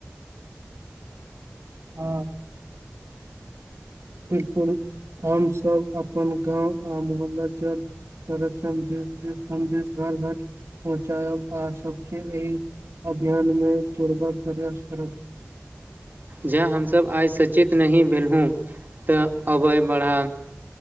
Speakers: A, on the right; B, on the right.
A: हँऽ बिल्कुल हम सब अपन गाँव आ मोहल्ला जल संरक्षण <unintelligible> संदेश घर घर पहुँचायब आ सब केँ एहि अभियान में जोड़बाक प्रयास करब
B: जँ हम सभ आइ सचेत नहि भेल हुँ तऽ अबै बढ़ा